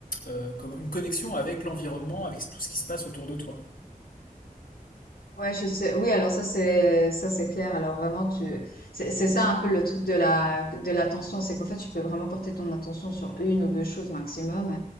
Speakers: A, on the left; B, on the left.
A: euh, comme une connexion avec l'environnement, avec tout ce qui se passe autour de toi.
B: Ouais, je sais. Oui, alors ça c'est ça c'est clair. Alors vraiment tu c'est c'est ça un peu le truc de la de l'attention, c'est qu'en fait tu peux vraiment porter ton attention sur une ou deux choses maximum.